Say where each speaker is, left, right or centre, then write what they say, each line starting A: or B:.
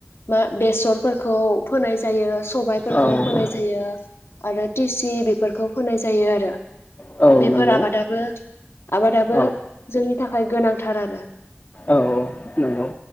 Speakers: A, on the left; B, on the left.
A: मा बेसरफोरखौ फोनाय जायो सबायफोरखौ
B: औ
A: फोनाय जायो आरो टिसि बेफोरखौ फोनाय जायो आरो
B: औ
A: बेफोर
B: नंगौ
A: आबादा बो आबादाबो
B: औ
A: जोंनि थाखाय गोनांथार आरो
B: औ नंगौ